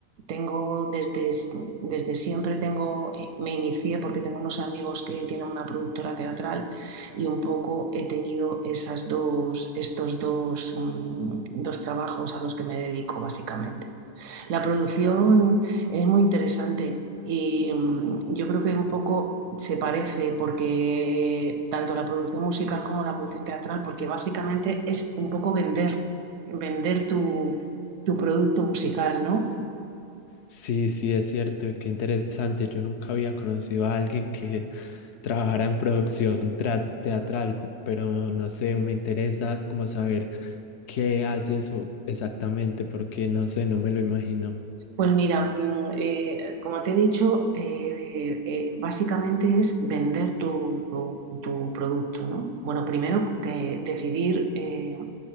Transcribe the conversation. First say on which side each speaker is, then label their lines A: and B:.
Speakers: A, on the right; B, on the left.
A: tengo desde, desde siempre tengo, eh, me inicié porque tengo unos amigos que tienen una productora teatral y un poco he tenido esas dos, estos dos, mm, dos trabajos a los que me dedico básicamente. La producción es muy interesante y mm, yo creo que un poco se parece porque tanto la producción musical como la producción teatral, porque básicamente es un poco vender, vender tu, tu producto musical, ¿no?
B: Sí, sí, es cierto, qué interesante. Yo nunca había conocido a alguien que trabajara en producción tra- teatral, pero no sé, me interesa como saber qué hace eso exactamente, porque no sé, no me lo imagino.
A: Pues mira, mm, eh, como te he dicho, eh, eh, básicamente es vender tu, tu- tu producto, ¿no? Bueno, primero que decidir eh,